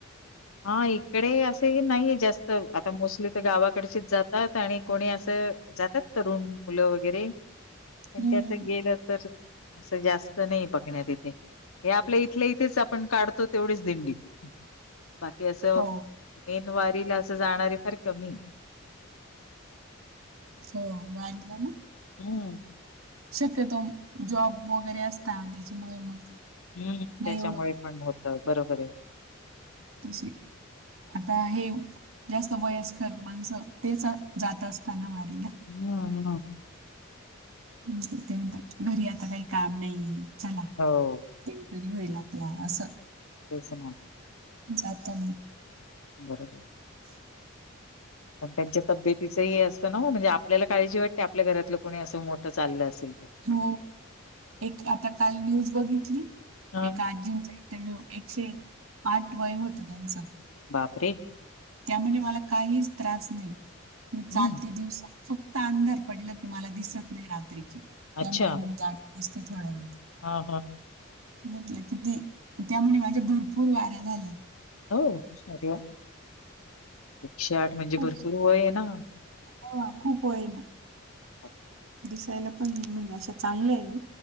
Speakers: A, on the left; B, on the right.
A: हा इकडे असे नाही जास्त आता मोस्टली तर गावाकडचीच जातात आणि कोणी असं जातात तरुण मुलं वगैरे पण
B: हम्म
A: त्याच गेलं तर असं जास्त नाही बघण्यात येथे हे आपल्या इथल्या इथेच आपण काढतो तेवढेच दिंडी बाकी असं
B: हो
A: मेनवारीला असं जाणारे फार कमी
B: हो वाारला ना
A: हम्म
B: शक्यतो जॉब वगैरे असता त्याच्यामुळे मग
A: हम्म
B: नाही
A: त्याच्यामुळे
B: एवढं
A: पण होत बरोबर आहे
B: अशी आता हे जास्त वयस्कर माणसं तेच जात असताना वारीला
A: हम ह
B: म्हे ते म्हणतात घरी आता काही काम नाही चला
A: हो
B: देवतनी होईल आपला असं
A: तेस ना
B: जाता मग
A: बरोबर
B: <inaudible>
A: पण त्यांच्या तब्येतीच हे असतं ना म्हणजे आपल्याला काळजी वाटते आपल्या घरातलं कोणी असं मोठं चाललं असल
B: हो एक आता काल न्यूज बघितली
A: हा,
B: एक आजीं जा त्या एकशे आठ वय होत त्यांचं
A: बापरे
B: त्यामध्ये मला काहीच त्रास नाही मी चालते
A: हम्म.
B: दिवस फक्त अंधार पडलं की मला दिसत नाही रात्रीची त्यामुळे
A: अच्छा
B: मी गडी बसते थोडा वेळ
A: हा हा
B: म्हटलं कि ते त्यामुळे माझ्या भरपूर वाऱ्या झाल्याय
A: होरे एकशे आठ म्हणजे
B: खूप
A: भरपूर वय आहे ना
B: हा खूप वय ना
A: हो
B: दिसायला पण म्हणजे अशा चांगल्या आहे